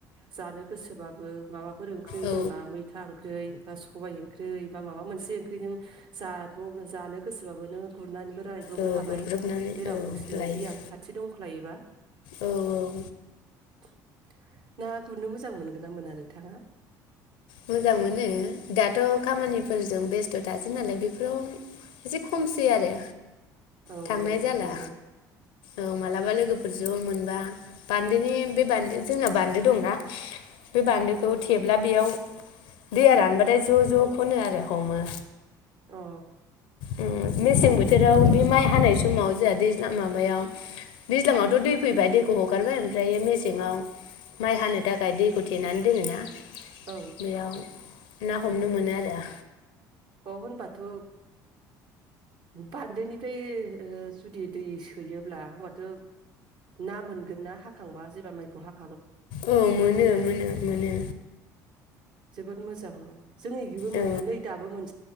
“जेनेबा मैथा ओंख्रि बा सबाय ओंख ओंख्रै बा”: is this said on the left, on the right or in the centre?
Right